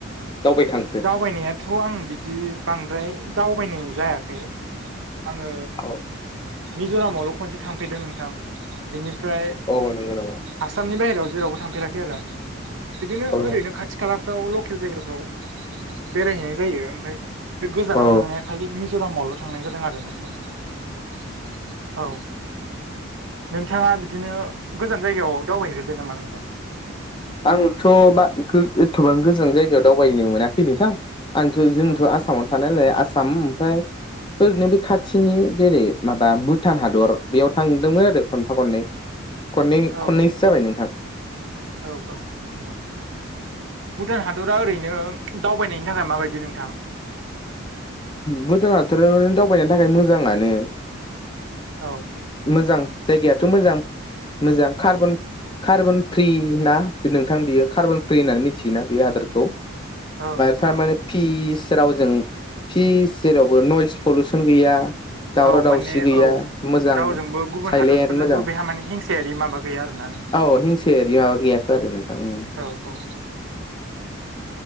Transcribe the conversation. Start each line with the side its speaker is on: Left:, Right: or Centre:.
Left: दावबायखा
Right: दावबायनायाथ' आं बिदि बांद्राय दावबायनाय जायाखै। आंङो
Left: औ
Right: मिज'रामावल' खनसे थांफेरदों नोंथां बेनिफ्राय
Left: औ नंगौ नामा
Right: आसामनि बाहेरायाव जेरावबो थांफेराखै आरो बिदिनो
Left: औ
Right: ओरैनो खाथि खालाफ्राव लकेल जायगाफ्राव बेरायहैनाय जायो ओमफफ्राय बे गोजानाव
Left: औ
Right: थांनाया खालि मिज'रामावल' थांनाय जादों आरो नोंथ <inaudible> औ नोंथाङा बिदिनो गोजान जायगायाव दावबायहैफैबाय नामा नोंथां?
Left: आंथ' बा एथ'बां गोजान जायगायाव दावबायनो मोनाखै नोंथां। आंथ' जोंथ'
Right: औ
Left: आसामाव
Right: औ
Left: थानायलाय आसाम ओमफ्राय ओरैनो बे खाथिनि जेरै माबा भुटान हादर बेयाव थांदोंमोन आरो खनफा खननै खननै
Right: औ औ
Left: खननैसो
Right: औ
Left: जाबाय नोंथां
Right: औ औ नोंथां भुटान हादरा ओरैनो दावबायनायनि थाखाय माबायदि नोंथां?
Left: भुटानहादोर आव दावबायनो थाखाय मोजाङानो
Right: औ
Left: मोजां जायगायाथ' मोजां मोजां कार्बन कार्बन फ्रि ना नोंथां बियो कार्बन फ्रि होननानै मिथियोना बे हादोरखौ?
Right: औ नोंथां
Left: थारमाने फिस रावजों फिस जेरावबो नयस पलउसन गैया दावराव
Right: औ
Left: दावसि
Right: माने
Left: गैया
Right: औ
Left: मोजां
Right: रावजोंबो गुबुन
Left: सायलेट
Right: हादरफोरजोंबो
Left: मोजां
Right: बेहा माने हिंसायारि माबा गैया आरोना नोंथां।
Left: औ हिंसायारि माबा गैयाथ' आरो नोंथां उम
Right: औ औ